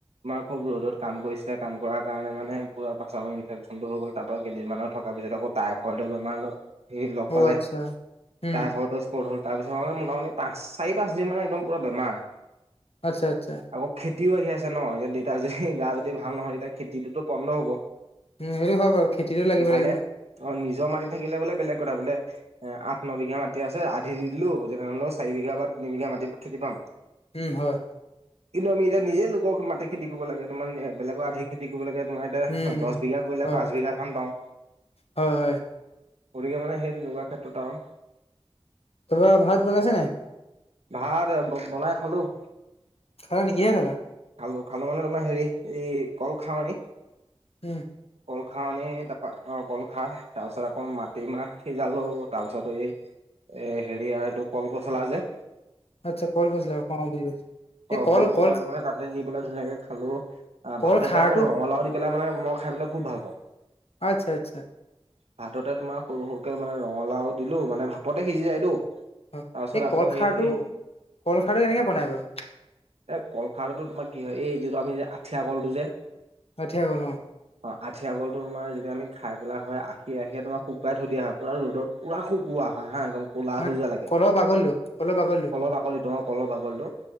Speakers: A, on the right (about 85°); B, on the left (about 70°).
A: আমাৰ খুউব ৰ'দত কাম কৰিছিলে। কাম কৰাৰ কাৰণে মানে, পূৰা প্ৰাস্ৰাৱৰ ইনফেকশ্চনটো হৈ গ'ল। তাৰপৰা, কেইদিনমানৰ থকাৰ পিছত, আকৌ, টাইফইডৰ বেমাৰ, সেই লগ
B: অ
A: পালে,
B: আচ্ছা উম
A: টাইফইড। <unintelligible> হ'ল। তাৰপিছত মানে, মোটামুটি পাঁচ, চাৰি-পাঁচদিমান একদম পূৰা বেমাৰ।
B: আচ্ছা, আচ্ছা।
A: আকৌ, খেতিও আহি আছে, ন'! এতিয়া, দেউতা যদি, গা যদি ভাল নহয়। তেতিয়া, খেতিটো পন্দ হ'ব।
B: উম! হেৰিও হয় বাৰু। খেতিটোও লাগিব,
A: ইফালে
B: লাগিব।
A: অ'! নিজৰ মাটি থাকিলে বোলে, বেলেগ কথা বোলে। আঠ- ন বিঘা মাটি আছে। আধি দিলোঁ, যেনেহ'লেও চাৰি বিঘা বা তিনি বিঘা মাটিত খেতি পাম।
B: উম, হয়।
A: কিন্তু, আমি এতিয়া নিজে, লোকৰ মাটিত খেতি কৰিব লাগে। তোমাৰ, বেলেৰ আধি খেতি কৰিব লাগে, তোমাৰ।
B: উম
A: দহ বিঘা কৰিলে,
B: হয়
A: পাঁচ
B: হয়
A: বিঘা ধান পাওঁ।
B: হয় হয়
A: গতিকে মানে, সেই তেনেকুৱা ক্ষেত্ৰত আৰু
B: তোমাৰ, ভাত বনাইছে নাই?
A: ভাত বনাই খালোঁ। উম <unintelligible>
B: খালে নেকি কিহে খালা
A: খালোঁ খালোঁ মানে তোমাৰ হেৰি এই কল খাৱনী
B: উম
A: কল খাৱনী তা পা কল খাৰ তাৰ পিছত আকৌ মাটিমাহ সিজালো তাৰ পিছত এই এই হেৰি আৰু এইটো কলপচলা যে
B: আৰ্টছা কল পচলা অ বুজি পাইছো এই
A: অ
B: কল
A: কলপছলাটো
B: কল
A: মানে তাতে দি পেলাই ধুনীয়াকে খালো
B: কল
A: ভাততে
B: খাৰটো
A: আকৌ ৰঙালাও দি পেলাই মানে মই খাই পেলাই খুব ভাল পাওঁ
B: আচ্ছা আচ্ছা
A: ভাততে তোমাৰ সৰু সৰুকে মানে ৰঙালাও দিলো মানে ভাপতে সিজি যায়তো
B: হয়
A: তাৰ পিছত
B: এই
A: আকৌ
B: কল
A: সেই
B: খাৰটো
A: এ
B: কল খাৰে কেনেকে বনাই বাৰু
A: এই কলখাৰতো তোমাৰ কি হয় এই যিটো আমি যে আঠিয়া কলটো যে
B: আঠিয়া ক'ল অ
A: অ আঠিয়া কলটো তোমাৰ যেতিয়া আমি খাই পেলাই হয় আখী আখীয়ে তোমাৰ শুকাই থৈ দিয়া হয় পুৰা ৰ'দত পুৰা শু কুৱা হয় হা একদম ক'লা
B: মানে
A: হৈ যোৱা লেকে
B: কলৰ বাগলিটো কলৰ বাগলিটো
A: কলহৰ বাকলিটোহ অ কলহ বাকলিটো